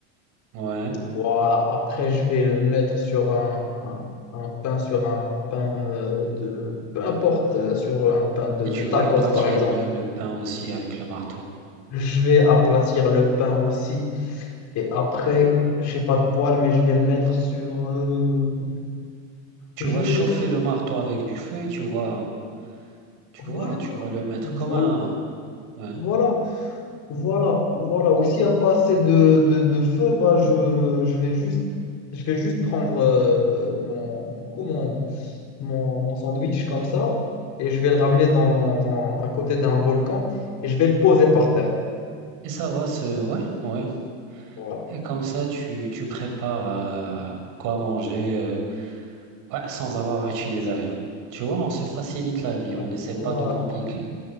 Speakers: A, on the right; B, on the left.
A: Ouais.
B: Voilà, après je vais le mettre sur un, un, un pain, sur un pain euh, de... Peu importe, euh, sur un pain de,
A: Et tu
B: de tacos
A: vas aplatir
B: par exemple.
A: le, le pain aussi avec le marteau.
B: Je vais aplatir le pain aussi. Et après, j'ai pas de poêle, mais je vais le mettre sur... euh,
A: Tu
B: je
A: vas
B: vais
A: chauffer
B: le mettre...
A: le marteau avec du feu, tu vas, tu
B: Voilà,
A: vois, tu vas le mettre
B: voilà,
A: comme un Ouais.
B: voilà. Voilà, voilà. Ou s'il n'y a pas assez de, de, de feu, bah je, je vais juste, je vais juste prendre euh, mon, du coup, mon, mon, mon sandwich comme ça et je vais le ramener dans, dans, à côté d'un volcan et je vais le poser par terre.
A: Et ça va se... Ouais, ouais.
B: Voilà.
A: Et comme ça, tu, tu prépares euh, quoi manger euh, ouais, sans avoir utilisé rien. Tu vois, on se facilite la vie,
B: Voilà.
A: on n'essaie
B: Voilà.
A: pas de compliquer.